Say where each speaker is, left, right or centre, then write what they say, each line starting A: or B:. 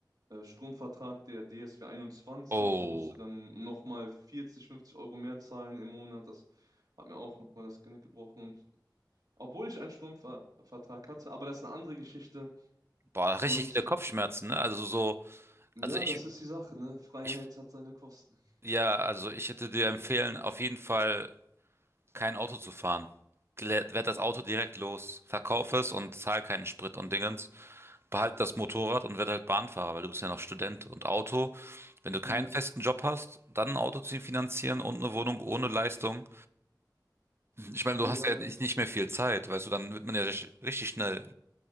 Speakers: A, on the right (about 55°); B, on the right (about 35°).
A: äh, Stromvertrag der DSW einundzwanzig
B: Oh,
A: und musste dann nochmal 40, 50 Euro mehr zahlen im Monat. Das hat mir auch nochmal das Genick gebrochen. Und obwohl ich einen Stromvertrag hatte, aber das ist eine andere Geschichte.
B: boah, richtig
A: Und
B: viele Kopfschmerzen, ne? Also so,
A: ja,
B: also ich,
A: das ist die Sache, ne? Freiheit
B: ich,
A: hat seine Kosten.
B: ja, also ich hätte dir empfehlen, auf jeden Fall kein Auto zu fahren. Gle- Werd das Auto direkt los. Verkauf es und zahl keinen Sprit und Dingens. Behalt das Motorrad und werd halt Bahnfahrer, weil du bist ja noch Student. Und Auto, wenn du keinen
A: Ja,
B: festen Job hast, dann ein Auto zu finanzieren und eine Wohnung ohne Leistung. Ich meine, du
A: ja.
B: hast ja Ja. nicht nicht mehr viel Zeit, weißt du, dann wird man ja richtig schnell